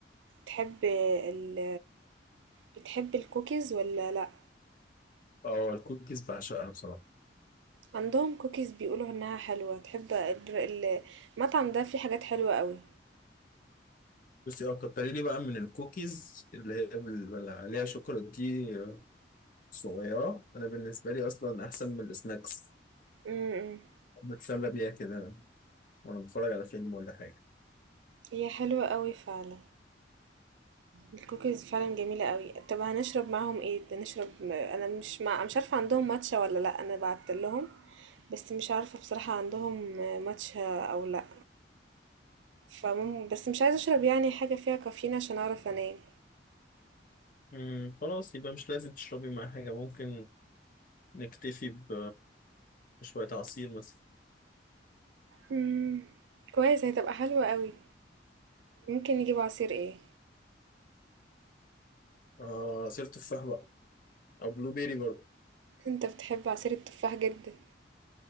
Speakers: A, on the right (about 80°); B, on the left (about 45°).
A: بتحب ال بتحب الكوكيز والّا لأ؟
B: اه الكوكيز بعشقها بصراحه
A: عندهم كوكيز بيقولوا إنها حلوة، تحب الر ال المطعم ده فيه حاجات حلوة أوي،
B: بصي اه كتري لي بقى من الكوكيز اللي هي بال- اللي عليها شوكولاته دي آه، صغيره انا بالنسبه لي اصلا احسن من السناكس
A: إمم، إمم،
B: بتسلى بيها كده وانا بتفرج على فيلم ولا حاجه
A: هي حلوة أوي فعلًا، الكوكيز فعلًا جميلة أوي، طب هنشرب معاهم إيه؟ ده نشرب أنا مش مع مش عارفة عندهم ماتشا والّا لأ، أنا بعت لهم بس مش عارفة بصراحة عندهم ماتشا أو لأ، فمم بس مش عايزة أشرب يعني حاجة فيها كافيين عشان أعرف أنام،
B: امم خلاص يبقى مش لازم تشربي مع حاجه ممكن نكتفي ب بشويه عصير مثلا
A: إمم، كويس هتبقى حلوة أوي. ممكن نجيب عصير ايه؟
B: آه عصير تفاح بقى او بلو بيري برضه
A: انت بتحب عصير التفاح جدا